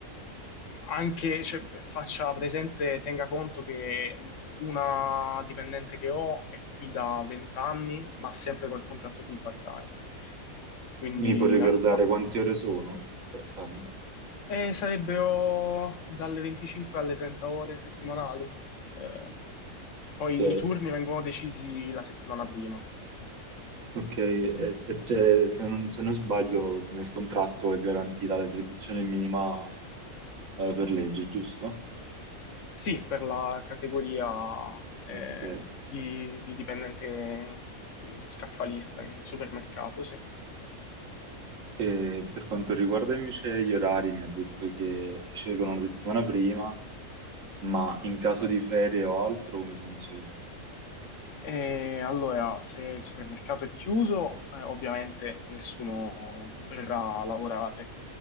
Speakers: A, on the left; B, on the right.
A: anche cioè, faccia presente, tenga conto che una dipendente che ho è qui da 20 anni, ma sempre col contratto full part-time. Quindi
B: Mi puoi ricordare
A: al-
B: quante ore sono il part-time?
A: eh, sarebbero dalle 25 alle 30 ore settimanali. Eh, poi
B: Ok,
A: i turni vengono decisi la settimana prima.
B: ok, e, e c'è- se non, se non sbaglio nel contratto è garantita l'attribuzione minima eh, per legge, giusto?
A: Sì, per la categoria eh,
B: Ok.
A: di, di dipendente mm, scaffalista in supermercato, sì.
B: E per quanto riguarda invece gli orari, mi ha detto che si scelgono la settimana prima, ma in caso di ferie o altro come funziona?
A: E allora, se il supermercato è chiuso, eh, ovviamente nessuno verrà a lavorare.